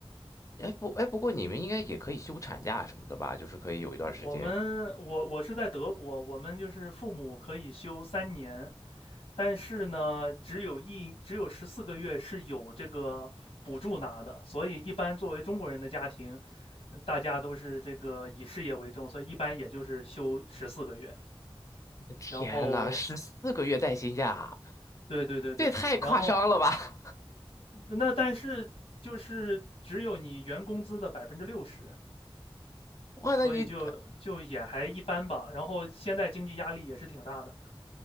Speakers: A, on the left; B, on the left.
A: 哎不，哎不过你们应该也可以休产假什么的吧？就是可以有一段时间。
B: 我们我我是在德国，我们就是父母可以休三年，但是呢，只有一只有十四个月是有这个补助拿的，所以一般作为中国人的家庭，呃大家都是这个以事业为重，所以一般也就是休十四个月。
A: <laughs> 天呐，
B: 然后，
A: 十四个月带薪假，
B: 对对对对，
A: 这也太夸张了吧！
B: 然后那但是就是只有你原工资的百分之六十，
A: <laughs> 哇，
B: 所以就就也还一般吧。
A: 那你，
B: 然后现在经济压力也是挺大的，